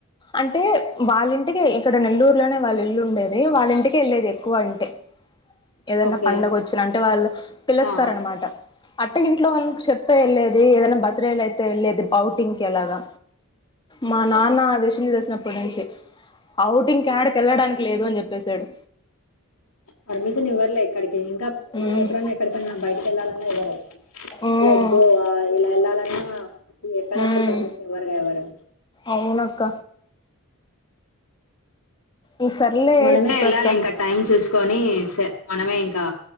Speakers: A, on the left; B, on the left.
A: అంటే వాళ్ళింటికి ఇక్కడ నెల్లూరులోనే వాళ్ళ ఇల్లు ఉండేది వాళ్ళింటికె వెళ్లేది ఎక్కువ అంటే ఏదన్నా
B: ఓకే
A: పండగ వచ్చిన అంటే వాళ్ళు పిలుస్తారనమాట
B: ఆ
A: అట్ట ఇంట్లో వాళ్ళకి చెప్పే వెళ్ళేది ఏదైనా బర్త్డేలైతే వెళ్ళేది బౌటింగ్ కి అలాగా మా నాన్న అది ఇది తెలిసినప్పటి నుంచి ఔటింగ్ యాడికి వెళ్ళడానికి లేదు అని చెప్పేసాడు
B: పర్మిషన్ ఇవ్వర్లే ఎక్కడ్ ఇంకా
A: మ్మ్
B: మనం ఎప్పుడన్నా ఎక్కడికన్నా బయటకి వెళ్ళాలన్నా ఇవ్వరు
A: మ్మ్
B: లైక్ గోవా ఇలా వెళ్ళాల అ ఎక్కడ
A: మ్మ్
B: అసలు పర్మిషన్ ఇవ్వరుగా ఎవరు
A: అవునక్క ఈ సర్లే
B: మనమే
A: ఇప్పుడు
B: వెళ్ళాలి
A: ప్రస్తుతానికి
B: ఇంకా టైం చూసుకొని స మనమే ఇంకా